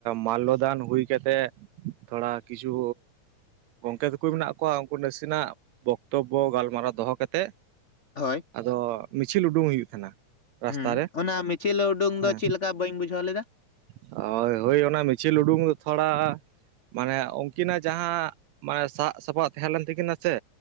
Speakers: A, on the right (about 80°); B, on the left (about 35°).
A: ᱢᱟᱞᱞᱚᱫᱟᱱ ᱦᱩᱭ ᱠᱟᱛᱮᱜ ᱛᱷᱚᱲᱟ ᱠᱤᱪᱷᱩ ᱜᱚᱝᱠᱮ ᱛᱟᱠᱩᱭ ᱢᱮᱱᱟᱜ ᱠᱚᱣᱟ ᱩᱝᱠᱩ ᱱᱟᱥᱮᱱᱟᱜ ᱛᱚᱵᱚ ᱜᱟᱞᱢᱟᱨᱟᱣ ᱫᱚᱦᱚ ᱠᱟᱛᱮᱜ
B: ᱦᱳᱭ
A: ᱟᱫᱚ ᱢᱤᱪᱷᱤᱞ ᱩᱰᱩᱝᱚᱜ ᱦᱩᱭᱩᱜ ᱛᱟᱦᱮᱱ-ᱟ᱾ ᱨᱟᱥᱛᱟ
B: ᱦᱩᱸ
A: ᱨᱮ
B: ᱚᱱᱟ ᱢᱤᱪᱷᱤᱞ ᱩᱰᱩᱝ
A: ᱦᱮᱸ
B: ᱫᱚ ᱪᱮᱫ ᱞᱮᱠᱟ ᱵᱟᱹᱧ ᱵᱩᱡᱷᱟᱹᱣ ᱞᱮᱫᱟ?
A: ᱦᱳᱭ ᱦᱳᱭ ᱚᱱᱟ ᱢᱤᱪᱷᱤᱞ ᱩᱰᱩᱝ ᱫᱚ ᱛᱷᱚᱲᱟ ᱢᱟᱱᱮ ᱩᱝᱠᱤᱱᱟᱜ ᱡᱟᱦᱟᱸ ᱢᱟᱱᱮ ᱥᱟᱵ ᱥᱟᱯᱟᱵ ᱛᱟᱦᱮᱸ ᱞᱮᱱ ᱛᱟᱹᱠᱤᱱᱟ ᱥᱮ